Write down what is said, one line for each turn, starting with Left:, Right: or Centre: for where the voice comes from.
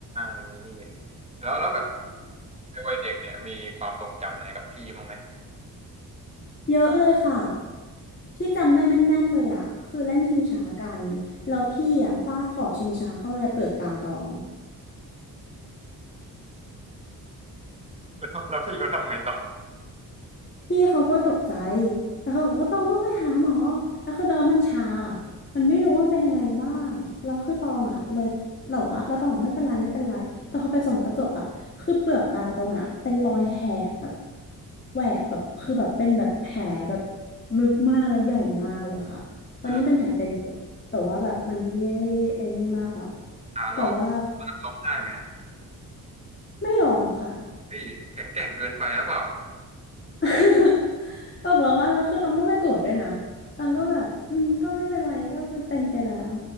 Right: อย่างนี้นี่เองแล้วแล้วแบบ ในวัยเด็กเนี่ยมีความทรงจำไหนกับพี่บ้างไหม
Left: เยอะเลยค่ะที่จำได้แม่นๆเลยอ่ะคือเล่นชิงช้ากันแล้วพี่อ่ะฟาดขอบชิงช้าเข้ามาในเปลือกตาตอง
Right: แล้วแล้วพี่เขาทำไงต่อ
Left: พี่เขาก็ตกใจ แล้วเขาบอกว่าตองต้องไปหาหมอแล้วคือตอนมันชามันไม่รู้ว่ามันเป็นยังไงบ้างแล้วคือตองอ่ะเลยแต่ว่าเราตองบอกไม่เป็นไรไม่เป็นไรแต่เขาไปส่องกระจกอ่ะคือเปลือกตาตองอ่ะเป็นรอยแหกแบบแหวกแบบคือแบบเป็นแบบแผลแบบลึกมากและใหญ่มากเลยค่ะ ตอนนี้เป็นแผลเป็นอยู่แต่ว่าแบบมันไม่ได้ไอ้นี่มากอ่ะ
Right: อ่าอ่าแล้ว
Left: แต่ว่า
Right: ร้องไห้ไหมฮะ
Left: ไม่ร้องค่ะ
Right: พี้ยแข็งแกร่งเกินไปหรือเปล่า
Left: <laughs> บอกแล้วว่าแล้วคือตองก็ไม่โกรธด้วยนะตองก็แบบอืมก็ไม่เป็นไรก็เป็นไปแล้ว